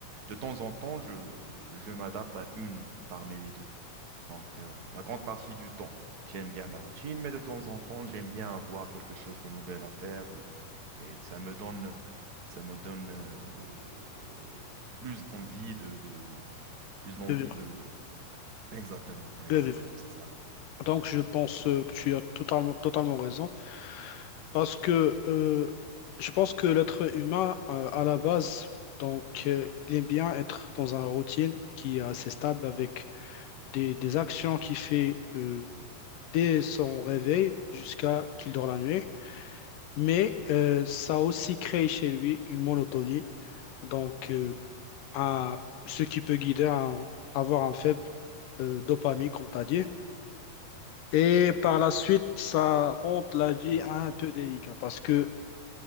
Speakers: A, on the right; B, on the left.
A: de temps en temps, je, je m'adapte à une parmi les deux. Donc, euh, la grande partie du temps, j'aime bien la routine, mais de temps en temps, j'aime bien avoir quelque chose de nouvel à faire, euh, et ça me donne, ça me donne euh, plus d'envie de, de, de- plus d'envie
B: de vivre,
A: de. Exactement, exactement,
B: de vivre.
A: c'est ça,
B: Donc,
A: exactement.
B: je pense euh, que tu as totalement, totalement raison parce que euh, je pense que l'être humain, euh, à la base, donc, euh, il aime bien être dans une routine qui est assez stable avec des, des actions qu'il fait euh, dès son réveil jusqu'à qu'il dort la nuit. Mais euh, ça a aussi créé chez lui une monotonie, donc euh, un- ce qui peut guider à avoir un faible euh, dopamine, comme tu as dit. Et par la suite, ça rend la vie
A: Mhm.
B: un peu délicate parce que